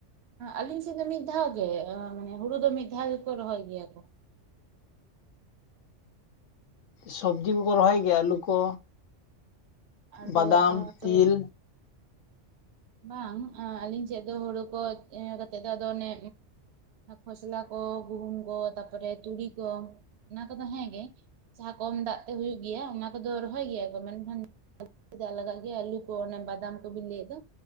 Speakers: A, on the right (about 65°); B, on the left (about 90°).
A: ᱟᱞᱤᱧ ᱥᱮᱫ ᱫᱚ ᱢᱤᱫ ᱫᱷᱟᱣ ᱜᱮ, ᱢᱟᱱᱮ ᱦᱩᱲᱩ ᱫᱚ ᱢᱤᱫ ᱫᱷᱟᱣ ᱜᱮᱠᱚ ᱨᱚᱦᱚᱭ ᱜᱮᱭᱟ ᱠᱚ᱾
B: ᱥᱚᱵᱽᱡᱤ ᱠᱚᱠᱚ ᱨᱚᱦᱚᱭ ᱜᱮᱭᱟ ᱟᱹᱞᱩ ᱠᱚ᱾
A: ᱟᱫᱚ
B: ᱵᱟᱫᱟᱢ
A: ᱟᱸ ᱛᱚ
B: ᱛᱤᱞ
A: ᱵᱟᱝ ᱟᱹᱞᱤᱧ ᱴᱮᱫ ᱫᱚ ᱦᱩᱲᱩ ᱠᱚ ᱤᱭᱟᱹ ᱠᱟᱛᱮᱜ ᱫᱚ ᱟᱫᱚ ᱚᱱᱮ ᱠᱷᱚᱥᱞᱟ ᱠᱚ ᱜᱩᱦᱩᱢ ᱠᱚ ᱛᱟᱯᱚᱨᱮ ᱛᱩᱲᱤ ᱠᱚ ᱚᱱᱟ ᱠᱚᱫᱚ ᱦᱮᱸ ᱜᱮ ᱡᱟᱦᱟᱸ ᱠᱚᱢ ᱫᱟᱜ ᱛᱮ ᱦᱳᱭᱳᱜ ᱜᱮᱭᱟ ᱚᱱᱟ ᱠᱚᱫᱚ ᱨᱚᱦᱚᱭ ᱜᱮᱭᱟ ᱠᱚ ᱢᱮᱱᱠᱷᱟᱱ ᱪᱮᱫᱟᱜ ᱞᱟᱜᱟᱜ ᱜᱮᱭᱟ ᱟᱹᱞᱩ ᱠᱚ ᱚᱱᱟ ᱵᱟᱫᱟᱢ ᱠᱚᱵᱤᱱ ᱞᱟᱹᱭᱮᱫ ᱫᱚ